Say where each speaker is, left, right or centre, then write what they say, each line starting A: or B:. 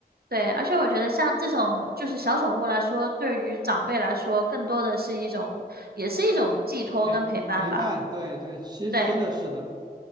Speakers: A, on the right (about 70°); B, on the right (about 25°).
A: 对，而且我觉得像这种就是小宠物来说，对于长辈来说，更多的是一种，也是一种寄托跟陪伴吧。
B: 陪陪伴，对对，其实真的是的，
A: 对，